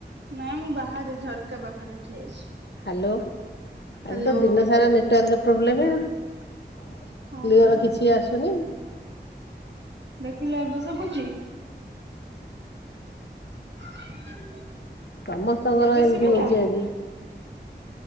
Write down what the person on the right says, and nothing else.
ନାାଇଁ ମୁଁ ବାହାରେ ଝରକା ପାଖରେ ଠିଆ ହେଇଛି।
ହ୍ୟାଲୋ
ହଁ ପରା
ଦେଖିଲେ ଏବେ ଶୁବୁଛି। <unintelligible>
ଏବେ
ଶୁଭିଲା